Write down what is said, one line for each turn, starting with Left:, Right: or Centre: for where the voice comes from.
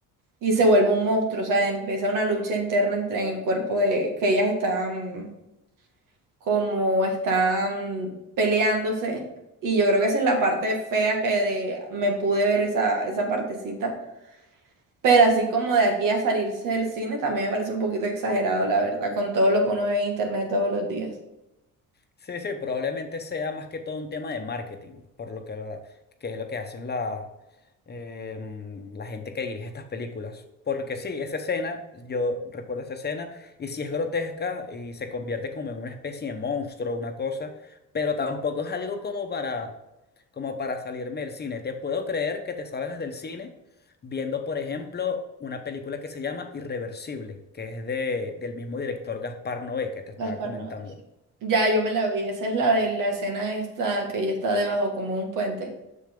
Right: y se vuelve un monstruo. O sea, empieza una lucha interna entre en el cuerpo de que ellas estaban como están peleándose. Y yo creo que esa es la parte fea que de, me pude ver esa, esa partecita. Pero así como de aquí a salirse del cine, también me parece un poquito exagerado, la verdad, con todo lo que uno ve en internet todos los días.
Left: Sí, sí, probablemente sea más que todo un tema de marketing, por lo que, que es lo que hacen la, em, la gente que dirige estas películas. Porque sí, esa escena, yo recuerdo esa escena, y sí es grotesca y se convierte como en una especie de monstruo, una cosa, pero tampoco es algo como para, como para salirme del cine. Te puedo creer que te salgas del cine viendo, por ejemplo, una película que se llama Irreversible, que es de, del mismo director Gaspar Noé que te estaba
Right: Gaspar
Left: comentando.
Right: Noé, sí. Ya, yo me la vi. Esa es la de la escena esta que ella está debajo como de un puente,